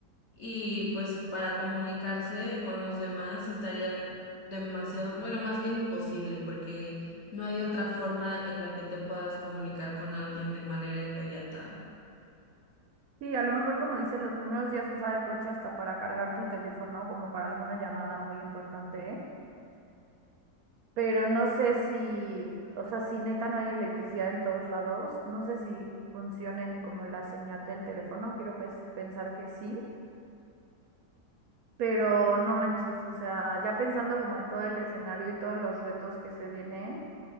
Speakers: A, on the left; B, on the right.
A: y pues para comunicarse con los demás estaría demasiado, bueno, más bien imposible, porque no hay otra forma en la que te puedas comunicar con alguien de manera inmediata.
B: Sí, a lo mejor como dices, los primeros días usar el coche hasta para cargar tu teléfono, como para alguna llamada muy importante, ¿eh? Pero no sé si, o sea, si neta no hay electricidad en todos lados, no sé si funcionen como la señal del teléfono, quiero pes- pensar que sí. Pero no manches, o sea, ya pensando como en todo el escenario y todos los retos que se vienen,